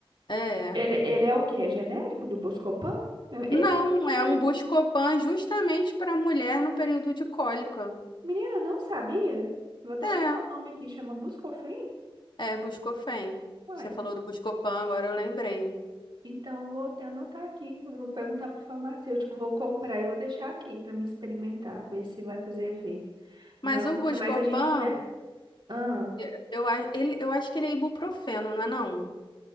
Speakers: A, on the left; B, on the right.
A: É.
B: Ele, ele é o quê? É genérico do Buscopan? Eu-
A: Não,
B: Esse eu também
A: é um
B: não.
A: Buscopan justamente para mulher no período de cólica.
B: Menina, não sabia? Vou até
A: É,
B: anotar o nome aqui, chama Buscofem?
A: é Buscofem.
B: Uai.
A: Você falou do Buscopan, agora eu lembrei.
B: Então vou até anotar aqui. Eu Vou perguntar pro farmacêutico, vou comprar e vou deixar aqui pra me experimentar, ver se vai fazer efeito.
A: Mas
B: Não,
A: o
B: menina,
A: Buscopan,
B: mas a gente mulher. Ah,
A: eu, eu a- ele, eu acho que ele é ibuprofeno, não é não?